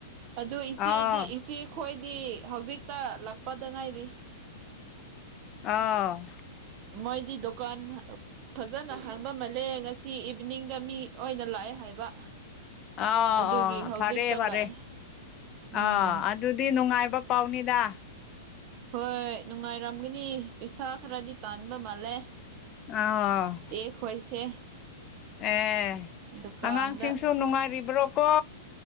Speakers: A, on the right (about 35°); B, on the left (about 25°).
A: ꯑꯗꯨ ꯏꯆꯦꯗꯤ
B: ꯑꯥ
A: ꯏꯆꯦ ꯈꯣꯏꯗꯤ ꯍꯧꯖꯤꯛꯇ ꯂꯥꯛꯄꯗ ꯉꯥꯏꯔꯤ
B: ꯑ
A: ꯃꯣꯏꯗꯤ ꯗꯨꯀꯥꯟ ꯐ ꯐꯖꯅ ꯍꯥꯡꯕ ꯃꯜꯂꯦ ꯉꯁꯤ ꯏꯚꯤꯅꯤꯡꯗ ꯃꯤ ꯑꯣꯏꯅ ꯂꯥꯛꯑꯦ ꯍꯥꯏꯕ
B: ꯑꯥ
A: ꯑꯗꯨꯒꯤ
B: ꯑꯣ
A: ꯍꯧꯖꯤꯛꯇ
B: ꯐꯔꯦ ꯐꯔꯦ
A: ꯂꯥꯛꯑꯦ ꯎꯝ
B: ꯑꯥ ꯑꯗꯨꯗꯤ ꯅꯨꯡꯉꯥꯏꯕ ꯄꯥꯎꯅꯤꯗ
A: ꯍꯣꯏ ꯅꯨꯡꯉꯥꯏꯔꯝꯒꯅꯤ ꯄꯩꯁꯥ ꯈꯔꯗꯤ ꯇꯥꯟꯕ ꯃꯥꯜꯂꯦ
B: ꯑꯥ
A: ꯆꯦ ꯈꯣꯏꯁꯦ
B: ꯑꯦ
A: ꯗꯨꯀꯥꯟꯗ
B: ꯑꯉꯥꯡꯁꯤꯡꯁꯨ ꯅꯨꯡꯉꯥꯏꯔꯤꯕ꯭ꯔꯣꯀꯣ